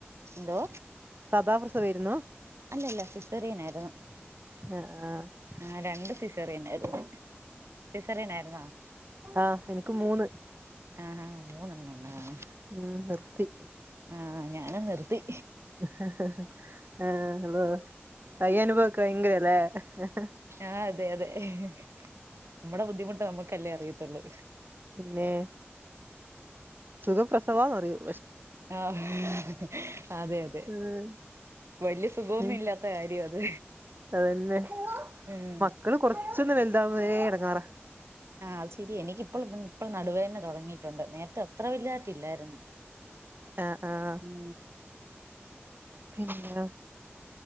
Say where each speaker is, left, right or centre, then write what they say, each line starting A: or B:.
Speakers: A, on the right; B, on the right.
A: എന്തോ
B: സാതാ പ്രസവംയിരുന്നു.
A: അല്ലല്ല സിസ്സറിയനായിരുന്നു
B: അ ആ
A: ആ രണ്ട് സിസറിയൻ ആയിരുന്നു സി സറിയന ആയിരുന്നോ
B: ആഹ എനിക്ക് മൂന്ന്.
A: ആ ആഹ മൂന്നെണ്ണം ഉണ്ട-
B: ഉം നിർത്തി.
A: ആഹ ഞാന നിർത്തി.
B: <inaudible>
A: ആ, അതെ അതെ. <unintelligible> മ്മടെ ബുദ്ധിമുട്ട് മ്മക്കല്ലേ അറിയത്തുള്ളൂ.
B: പിന്നെ സുഖപ്രസവന്നറിയും
A: അ <unintelligible> അതെ അതെ.
B: ഉം
A: വലിയ സുഖന്നും
B: ഉം
A: ല്ല കാര്യം അത്
B: അതന്നെ
A: ഉം
B: മക്കള് കൊറച്ചൊന്ന് വലുതാ വരെേ ഇടങ്ങാറാ.
A: ആഹ അത് ശരി എനിക്കിപ്പോൾ ഇപ്പോൾ നടുവേ തന്നെ തുടങ്ങിയിട്ടുണ്ട് നേരത്തെ അത്ര വലുതായിട്ട ഇല്ലായിരുന്നു.
B: ആഹ് ആഹ്
A: ഉം
B: പിന്നെ